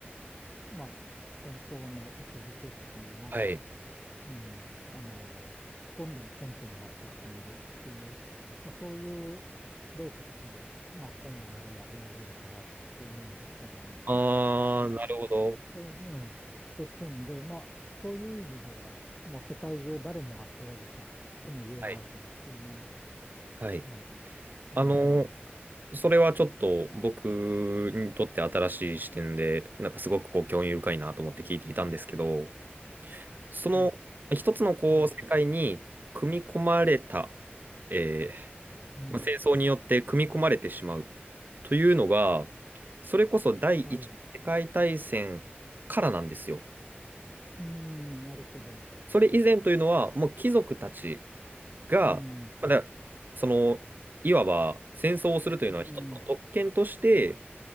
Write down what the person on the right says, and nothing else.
はい。
あー、
なるほど。
はい、はい。
あの、
それはちょっと僕にとって新しい視点で、なんかすごくこう興味深いなと思って聞いていたんですけど、その一つのこう世界に組み込まれた、
え
ーまあ、戦争によって組み込まれてしまうというのが、それこそ第一次世界大戦からなんですよ。
それ以前というのは、もう貴族たちが、
まだ、その、いわば戦争をするというのは一つの特権として、